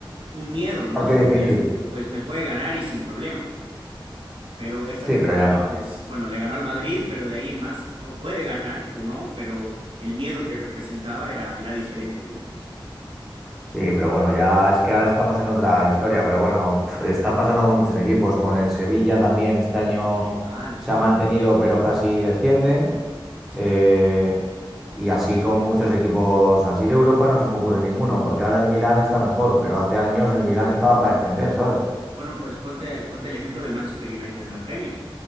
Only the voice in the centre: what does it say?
Parte
difícil,
sí,
pero ya no.
Sí, pero bueno, ya es que ahora estamos en otra historia, pero bueno, pf, está pasando con muchos equipos, con el Sevilla también este año
se ha mantenido, pero casi desciende,
eh,
y así con muchos equipos así de Europa no se me ocurre ninguno, porque ahora el Milán está mejor, pero hace años el Milán estaba para descender, ¿sabes?